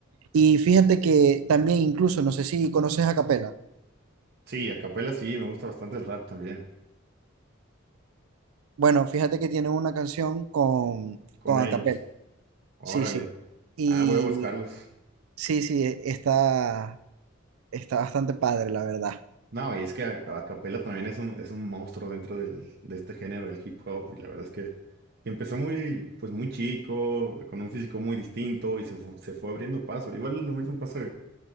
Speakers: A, on the right; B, on the right.
A: Y fíjate que también incluso, no sé si conoces a Capela.
B: Sí, a capela sí, me gusta bastante el rap también,
A: Bueno, fíjate que tiene una canción con,
B: con
A: con
B: ellos.
A: a Capela.
B: Órale.
A: Sí, sí. Y
B: Ah, voy a buscarlos.
A: sí, sí, e- está, está bastante padre, la verdad.
B: No, y es que a- a- Acapella también es un, es un monstruo dentro del, de este género del hip hop, y la verdad es que empezó muy, pues muy chico, con un físico muy distinto, y se fu- se fue abriendo paso. Igual lo mismo pasa